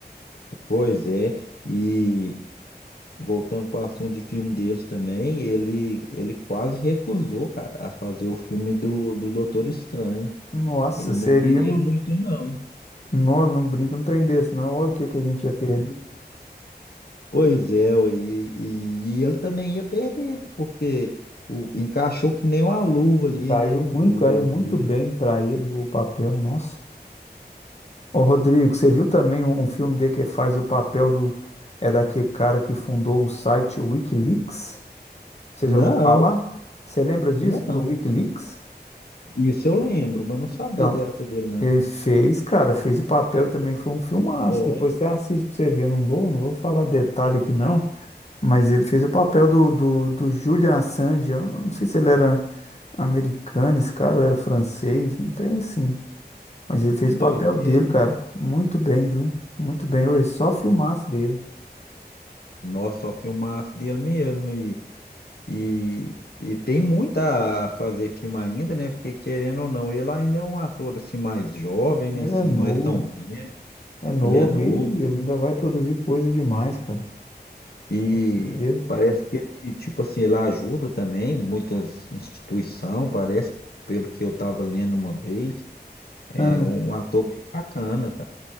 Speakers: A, on the left (about 65°); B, on the left (about 40°).
A: Pois é, e voltando para o assunto de filme deles também, ele, ele quase recusou, cara, a fazer o filme do, do Doutor Estranho.
B: Nossa,
A: Ele não
B: seria
A: queria
B: um.
A: muito, não.
B: Não, não brinca um trem desse, não. Olha o que que a gente ia perder.
A: Pois é, ué, e, e, e ele também ia perder, né? Porque o, encaixou que nem uma luva ali,
B: Caiu
A: né?
B: muito,
A: o-
B: caiu
A: Os
B: muito
A: dois.
B: bem para ele o papel, nossa. Ô, Rodrigo, você viu também um um filme dele que faz o papel do. É daquele cara que fundou o site Wikileaks? Você
A: Não,
B: já ouviu falar? Você lembra disso,
A: não.
B: do Wikileaks?
A: Isso eu lembro, mas não sabia
B: Então.
A: dessa dele, não.
B: Ele fez, cara, fez o papel e também foi um filmaço.
A: Ó,
B: Depois você assiste pra você ver. Não vou, não vou falar detalhe aqui não, mas ele fez o papel do, do, do Julian Assange. Eu não sei se ele era americano, esse cara, ou era francês, não tem assim. Mas ele fez
A: que doideira.
B: o papel dele, cara. Muito bem, viu? Muito bem. Oi, só filmaço dele.
A: Nossa, só filmaço dele mesmo. E E, e tem muito a fazer filme ainda, né? Porque querendo ou não, ele ainda é um ator assim mais jovem, né?
B: Ele
A: Assim,
B: é novo,
A: não é tão velho,
B: é novo
A: ele é novo
B: e ele ainda vai produzir coisa demais, cara.
A: e
B: Com certeza.
A: parece que ele, tipo assim, ele ajuda também muitas instituições, parece, pelo que eu estava lendo uma vez, é
B: Ah,
A: um ator bem bacana, cara.